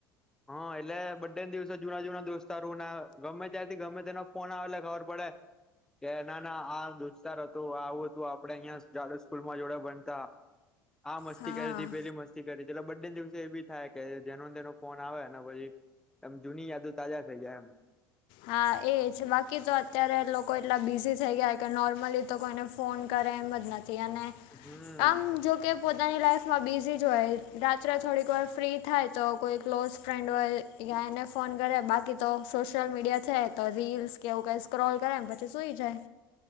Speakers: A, in the centre; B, on the left.
A: હા એટલે બડે દિવસે જુના જૂના દોસ્તારોને ગમે ત્યારથી ગમે તેનો ફોન આવે એટલે ખબર પડે. કે ના ના આ દોસ્તાર હતો આવું હતું આપડે અહિયાંડ જા સ્કૂલમાં જોડે ભણતા. હા મસ્તી
B: હા
A: કરી હતી પેલી મસ્તી કરી હતી એટલે બડે દિવસે એ બી થાય કે જેનો તેનો ફોન આવે ને. પછી એમ જૂની યાદો તાજા થઈ જાય એમ.
B: હા એજ બાકી તો અત્યારે લોકો એટલા બિઝી થઈ ગયા કે નોર્મલી તો કોઈને ફોન કરે એમ જ નથી. થી અને
A: એમ હમ
B: આમ જો. કે પોતાની લાઈઇફમાં બિઝી જો હોય રાત્રે થોડીક વાર ફ્રી થાય તો કોઈ ક્લોઝ ફ્રેન્ડ હોય એ એને ફોન કરે બાકી તો. સોશિયલ મીડિયા છે તો રીલ્સ કે એવું કઈ સ્ક્રોલ કરે ને પછી સુઈ જાય.